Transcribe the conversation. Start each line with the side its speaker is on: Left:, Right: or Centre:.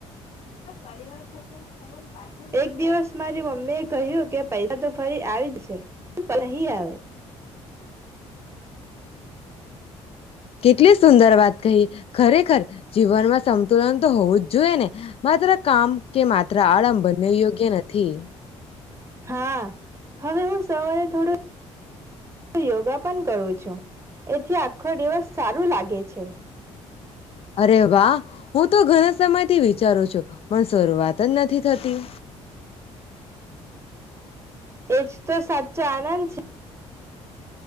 Left: હ પરિવાર સાથે સમય પાછા નહી
Right: એક દિવસ
Left: આવ્યો.
Right: મારી મમ્મી એ કહ્યું કે પૈસા તો ફરી આવી જ છે પણ સમય નહી આવે.
Left: કેટલી સુંદર વાત કહી ખરેખર જીવનમાં સતુલન તો હોવું જ જોઈએ ને માત્ર કામ કે માત્ર આરામ બંને યોગ્ય નથી.
Right: હા. હવે હું સવારે થોડું યોગા પણ કરું છું. એથી આખો દિવસ સારું લાગે છે.
Left: અરે વા! હું તો ઘણા સમયથી વિચારું છું, પણ શરૂઆત જ નથી થતી.
Right: એજ તો સાચો આનંદ છે.